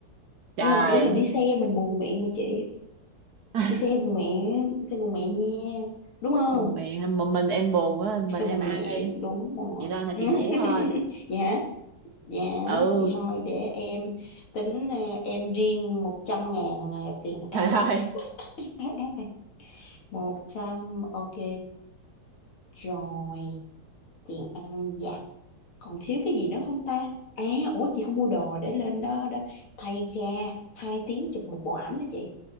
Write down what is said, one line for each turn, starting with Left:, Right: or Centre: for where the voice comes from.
Right: trời
Left: nhưng mà kiểu mình đi xe mình buồn miệng mà chị
Right: <laughs>
Left: đi xe bùng mẹ xe bùng mẹ nha đúng không
Right: đùng miệng một mình em buồn quá mình
Left: xe
Right: em
Left: bùng
Right: ăn
Left: mẹ
Right: đi
Left: đúng rồi
Right: chị lên là
Left: Ừ.
Right: chị
Left: <laughs>
Right: ngủ thôi
Left: dạ dạ
Right: ừ
Left: vậy thôi để em tính ờ, em riêng một trăm ngàn ờ, tiền
Right: Trời
Left: ăn
Right: ơi,
Left: vặt <laughs> 100, ok rồi tiền ăn vặt còn thiếu cái gì nữa không ta à ủa chị không mua đồ để lên đó đó thay ga hai tiếng chụp một bộ ảnh hả chị